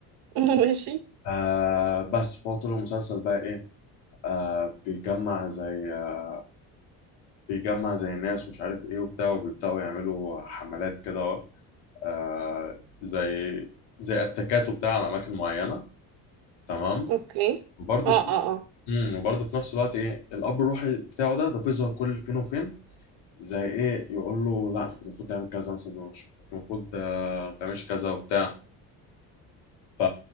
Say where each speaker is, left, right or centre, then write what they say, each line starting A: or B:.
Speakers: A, on the right; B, on the left.
A: <laughs> ماشي
B: آه بس فهو طول المسلسل بقى إيه آه بيجمع زي آه بيجمع زي ناس ومش عارف ايه وبتاع وبيبدأوا يعملوا حملات كده أهو، آه زي زي اتاكات وبتاع على اماكن معينة تمام
A: اوكي
B: برضه
A: اه
B: في نفس
A: اه
B: امم وبرضه في نفس الوقت ايه الاب الروحي بتاعه ده ده بيظهر كل فين وفين زي ايه يقول له لا انت كنت المفروض تعمل كذا مثلا مش- كنت المفروض آه، ما تعملش كذا وبتاع ف